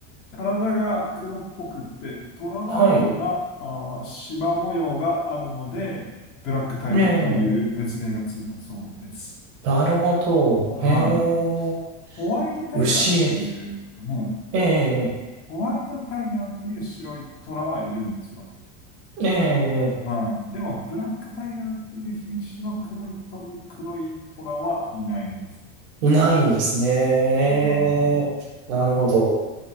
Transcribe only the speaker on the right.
はい。
ええ、なるほど。
ええ、
牛エビ。
ええ、
ええ、え
え、いないんですね。
なるほど。